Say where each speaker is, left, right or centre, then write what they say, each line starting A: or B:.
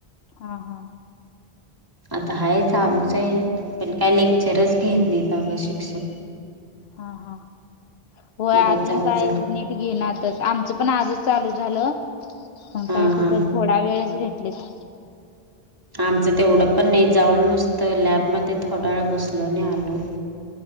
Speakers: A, on the left; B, on the right.
A: हा हा
B: आता हाय चालूच आहे पण काय लेक्चरच घेत नाहीत अगं शिक्षक
A: हा हा होय
B: उगाच
A: अजून
B: जा
A: कायच
B: जा
A: नीट घिनातच आमच पण आजच चालू झालं पण
B: हां
A: काय खुपच
B: हां
A: त्यावेळेस घेटलीत
B: आमचं तेवढं पण नाही जाऊन नुसतं लॅबमध्ये थोडा वेळ बसलो आणि आलो